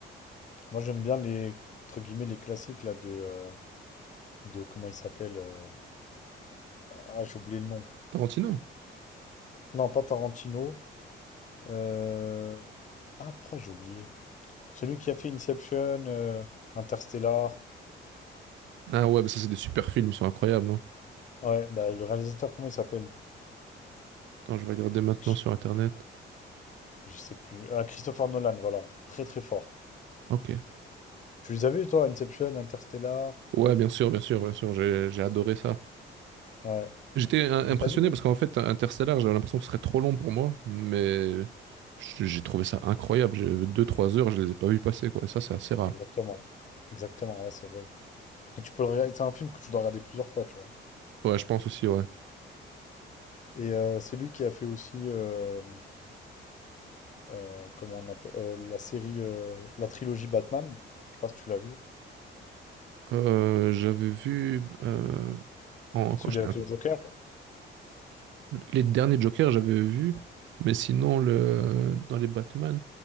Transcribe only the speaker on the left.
moi, j'aime bien les. Entre guillemets, les classiques, là, de. euh, De. Comment il s'appelle euh, Ah, j'ai oublié le nom.
Non, pas Tarantino. Euh, Ah, pourquoi j'ai oublié? Celui qui a fait Inception, euh, Interstellar.
Ouais, bah, le réalisateur, comment il s'appelle?
Je
je sais plus. Ah, Christopher Nolan, voilà. Très très fort.
Tu les as vus, toi, Inception, Interstellar?
Ouais.
Et
t'as vu?
Exactement. Exactement, ouais, c'est vrai. Et tu peux le regarder. C'est un film que tu dois regarder plusieurs fois, tu vois.
Et euh, c'est lui qui a fait aussi, euh, euh, comment on appelle, euh, la série, euh, la trilogie Batman. Je sais pas si tu l'as vu.
Celui
avec
le Joker.